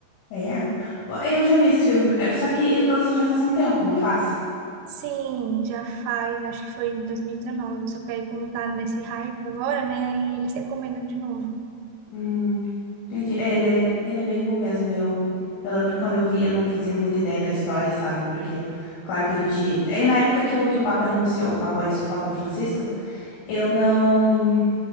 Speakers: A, on the left; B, on the right.
A: É, pô, eu já vi esse filme, é, só que ele lançou já faz um tempo, não faz?
B: Sim, já faz, acho que foi em 2019, só que aí como tá nesse hype agora, né, aí eles recomendam de novo.
A: Hum, entendi. É, ele é, ele é bem bom mesmo. Eu, eu lembro que quando eu vi eu não fazia muita ideia da história, sabe? Porque, claro que a gente. É na época que o, que o Papa renunciou, o Papa antes do Papa Francisco, eu não.